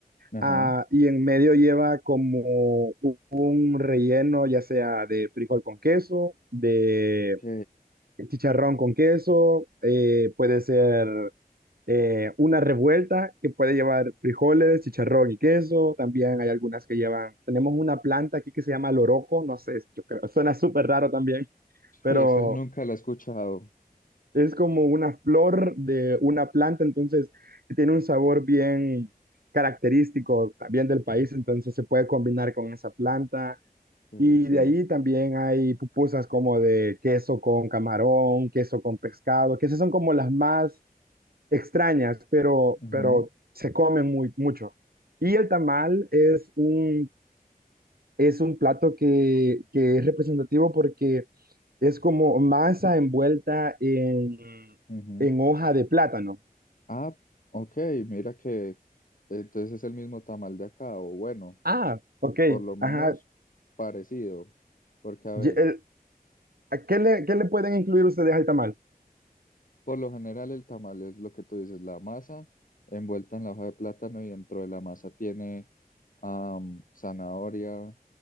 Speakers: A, on the left; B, on the right.
A: Ajá.
B: ah, y en medio lleva como u- un relleno, ya sea de frijol con queso, de
A: Ok.
B: chicharrón con queso, eh, puede ser eh, una revuelta que puede llevar frijoles, chicharrón y queso. También hay algunas que llevan, tenemos una planta aquí que se llama loroco, no sé, yo creo, <laughs> suena súper raro también, pero
A: Esa nunca la he escuchado.
B: es como una flor de una planta, entonces tiene un sabor bien característico también del país, entonces se puede combinar con esa planta.
A: Eh,
B: Y
A: sí.
B: de ahí también hay pupusas como de queso con camarón, queso con pescado, que esas son como las más extrañas, pero,
A: Ujú,
B: pero se comen muy, mucho. Y el tamal es un, es un plato que, que es representativo porque es como masa envuelta en,
A: ujú.
B: en hoja de plátano.
A: Ah, ok, mira que entonces es el mismo tamal de acá, o bueno,
B: Ah, ok.
A: por lo menos
B: Ajá.
A: parecido, porque a ver,
B: Y el- ¿a ¿Qué le, qué le pueden incluir ustedes al tamal?
A: por lo general el tamal es lo que tú dices, la masa envuelta en la hoja de plátano y dentro de la masa tiene am, zanahoria